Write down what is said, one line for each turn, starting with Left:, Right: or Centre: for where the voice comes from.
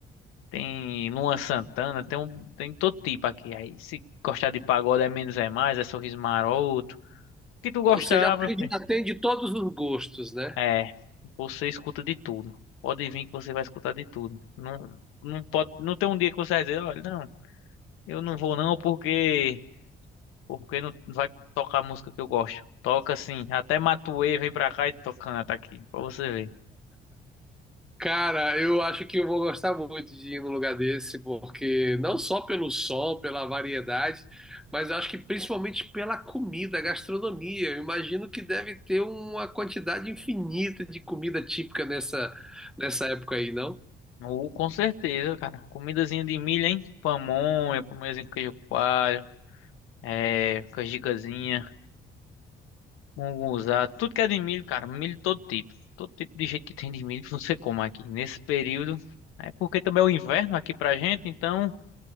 Left: tem Luan Santana, tem um, tem todo tipo aqui. Aí se gostar de pagode é menos é mais, é sorriso maroto. O que tu gostar,
Centre: Ou seja, atende,
Left: meu filho?
Centre: atende todos os gostos, né?
Left: É, você escuta de tudo. Pode vir que você vai escutar de tudo. Não, não pode, não tem um dia que você vai dizer, olha, não, eu não vou não porque porque não vai tocar a música que eu gosto. Toca assim, até Matuê vem pra cá e to- canta aqui, pra você ver.
Centre: Cara, eu acho que eu vou gostar muito de ir num lugar desse, porque não só pelo sol, pela variedade, mas eu acho que principalmente pela comida, gastronomia. Eu imagino que deve ter uma quantidade infinita de comida típica nessa, nessa época aí, não?
Left: Uh, com certeza, cara. Comidazinha de milho, hein? Pamonha, pamonhazinho com queijo coalho. é, com as gigazinhas, munguzá, tudo que é de milho, cara, milho todo tipo. Todo tipo de jeito que tem de milho <laughs> você come aqui. Nesse período, é porque também é o inverno aqui pra gente, então